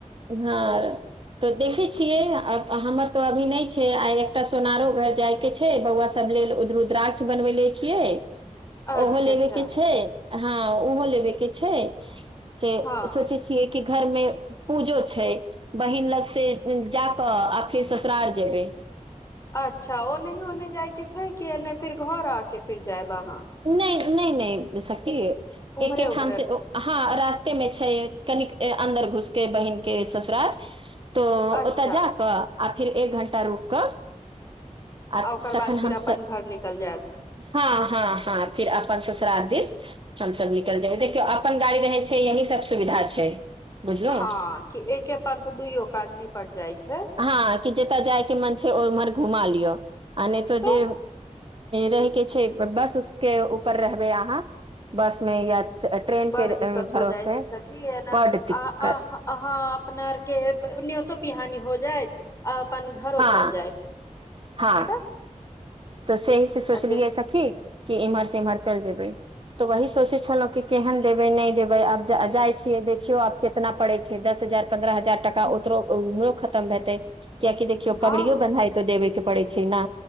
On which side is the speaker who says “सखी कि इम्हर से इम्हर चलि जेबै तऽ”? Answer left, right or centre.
Right